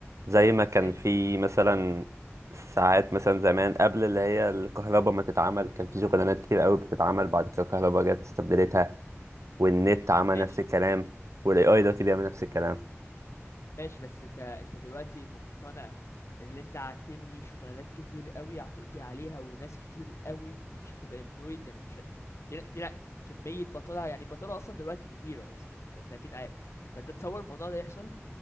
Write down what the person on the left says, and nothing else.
ازاي
ماشي
ماشي بس انت انت دلوقتي مقتنع ان انت هتنهي شغلانات كتير قوي هتقضي عليها وناس كتير قوي مش هتبقى employed يعني مش ه- في في كمية بطالة يعني البطالة أصلا دلوقتي كتيرة أصلا يعني أنت أنت أكيد عارف فأنت تصور الموضوع ده يحصل